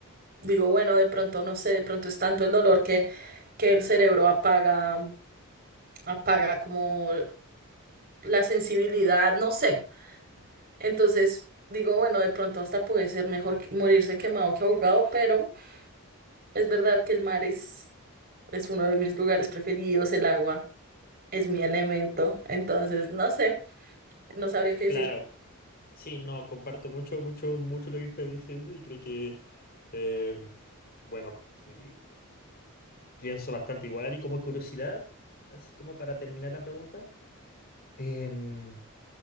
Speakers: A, on the right; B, on the left.
A: Digo, bueno, de pronto, no sé, de pronto es tanto el dolor que, que el cerebro apaga, apaga como la sensibilidad, no sé. Entonces, digo, bueno, de pronto hasta puede ser mejor que- morirse quemado que ahogado, pero es verdad que el mar es, es uno de mis lugares preferidos, el agua es mi elemento. Entonces, no sé, no sabría qué
B: claro.
A: decir.
B: Sí, no, comparto mucho, mucho, mucho lo que estás diciendo y creo que, eh, bueno, pi- pienso bastante igual y como curiosidad, así como para terminar la pregunta, em,